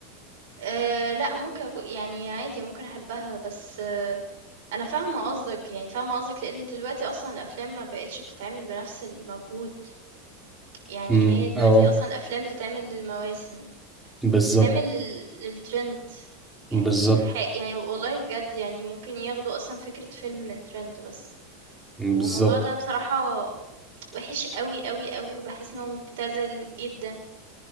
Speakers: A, on the right; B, in the centre.
A: آآ لأ، ممكن أكو يعني عادي ممكن أحبها، بس أه أنا فاهمة قصدك، يعني فاهمة قصدك، لإن دلوقتي أصلًا الأفلام ما بقِتش بتتعمل بنفس المجهود، يعني
B: امم
A: هي دلوقتي
B: اه
A: أصلًا الأفلام بتتعمل للمواسم،
B: بالظبط
A: بتتعمل لل للtrend يعني
B: بالظبط
A: ح يعني والله بجد يعني ممكن ياخدوا أصلًا فكرة فيلم من trend بس،
B: بالظبط
A: والموضوع ده بصراحة وِحِش أوي، أوي، أوي، وباحس إن هو مُبتذل جدًا،